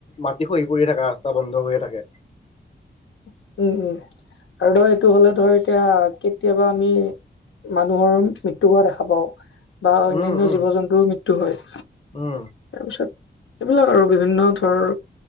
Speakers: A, on the left (about 30°); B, on the left (about 80°).
A: মাটি খহি পৰি থাকে ৰাস্তা বন্ধ হৈয়ে থাকে।
B: উম, উম আৰু ধৰ এইটো হ'লে ধৰ এতিয়া কেতিয়াবা আমি মানুহৰ মৃত্যু হোৱা দেখা পাওঁ বা
A: উম,
B: অন্যান্ন
A: উম,
B: জীৱ জন্তুৰ মৃত্যু হয়।
A: উম।
B: তাৰপিছত এইবিলাক আৰু বিভিন্ন ধৰ